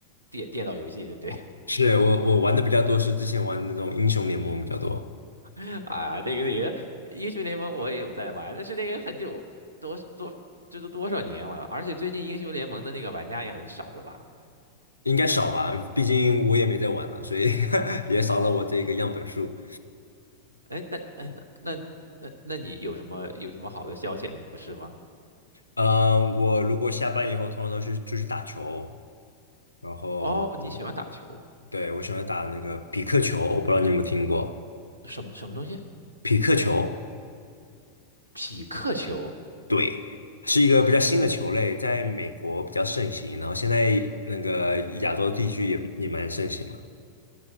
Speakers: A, on the right; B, on the left.
A: 电电脑游戏，对不对？
B: 是我我玩的比较多，是之前玩那种英雄联盟比较多，
A: <laughs> 啊，那个那个英雄联盟我也有在玩，但是那个很久多多这都多少年了，而且最近英雄联盟的那个玩家也很少了吧？
B: 应该少吧，毕竟我也没在玩了，所以 <laughs> 也少了我这个样本数。
A: 哎，那哎那那那那你有什么有什么好的消遣的模式吗？
B: 呃，我如果下班以后，通常都是出去打球，然后我
A: 哦，你喜欢打球，
B: 对我喜欢打那个匹克球，我不知道你有没有听过
A: 什么什么东西？
B: 匹克球。
A: 匹克球？
B: 对，是一个比较新的球类，在美国比较盛行，然后现在那个亚洲地区也也蛮盛行了。